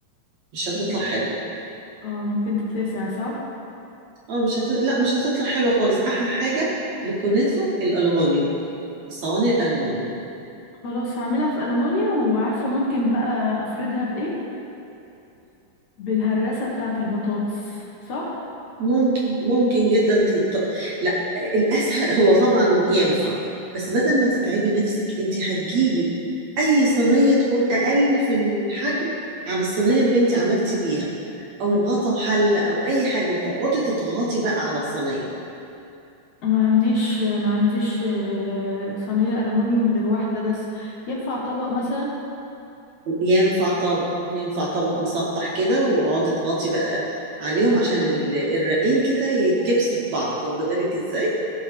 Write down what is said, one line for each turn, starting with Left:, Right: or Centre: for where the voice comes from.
Right: مش هتطلع
Left: اه
Right: حلو
Left: ممكن تتلسع صح
Right: اه مش هت... لا مش هتطلع حلوة خالص احلى حاجة للكنافة الالومنيوم الصواني الالومنيوم
Left: خلاص هعملها في ألمونيا وعارفة ممكن بقى أفردها بإيه بالهراسة بتاعة البطاطس صح
Right: ممكن ممكن جدا تط... لا الاسهل هو طبعا ينفع بس بدل ما تتعبي نفسك انت هتجيبي اي صينيه تكون اقل في الحجم عن الصينيه اللي انت عملتي بيها او
Left: م.
Right: غطا حله او اي حاجه وتقعدي تضغطي بقى على الصينيه
Left: ما عنديش ما عنديش آه، صينية ألمونيوم غير واحدة بس ينفع طبق مثلا
Right: ينفع طبق ينفع طبق مسطح كده واقعدي تضغطي بقى عليهم عشان ال- الرقين كده يتكبسوا في بعض واخده بالك ازاي